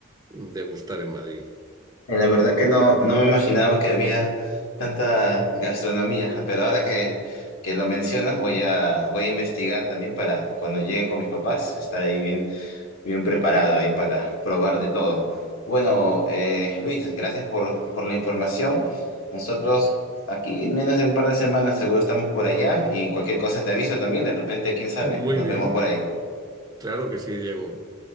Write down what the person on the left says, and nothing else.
Eh, La verdad que no, no me imaginaba que había tanta gastronomía, pero ahora que, que lo mencionas voy a, voy a investigar también para cuando llegue con mis papás, estar ahí bien Bien preparado ahí para probar de todo. Bueno, eh, Luis, gracias por, por la información. Nosotros aquí en menos de un par de semanas seguro estamos por allá y cualquier cosa te aviso también. De repente, quién sabe,
nos
vemos por ahí.